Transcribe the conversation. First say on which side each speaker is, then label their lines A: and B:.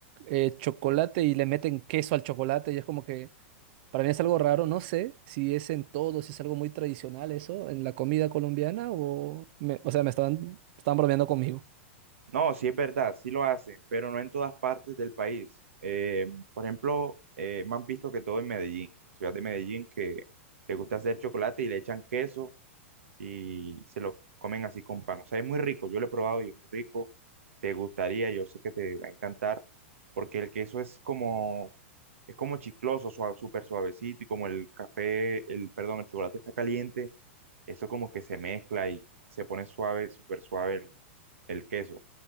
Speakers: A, on the right; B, on the right.
A: eh, chocolate y le meten queso al chocolate y es como que Para mí es algo raro, no sé si es en todo, si es algo muy tradicional eso, en la comida colombiana o... me- o sea, me estaban, estaban bromeando conmigo.
B: No, sí es verdad, sí lo hacen, pero no en todas partes del país. Eh, por ejemplo, eh, me han visto que todo en Medellín, ciudad de Medellín, que le gusta hacer chocolate y le echan queso y se lo comen así con pan. O sea, es muy rico, yo lo he probado y es muy rico. Te gustaría, yo sé que te va a encantar, porque el queso es como, es como chicloso, suave, súper suavecito y como el café, el, perdón, el chocolate está caliente, eso como que se mezcla y se pone suave, súper suave el el queso.